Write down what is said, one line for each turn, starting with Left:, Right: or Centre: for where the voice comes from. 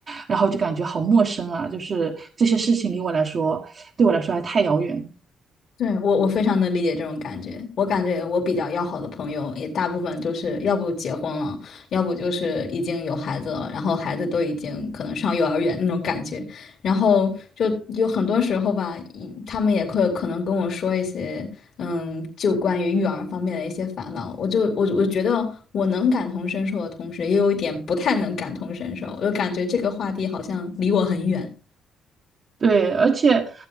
Right: 然后就感觉好陌生啊，就是这些事情离我来说，对我来说还太遥远。
Left: 对，我我非常能理解这种感觉。我感觉我比较要好的朋友也大部分就是要不结婚了，要不就是已经有孩子了，然后孩子都已经可能上幼儿园那种感觉。然后就有很多时候吧，一他们也会可能跟我说一些，嗯，就关于育儿方面的一些烦恼。我就我我觉得我能感同身受的同时，也有一点不太能感同身受。我就感觉这个话题好像离我很远。
Right: 对，而且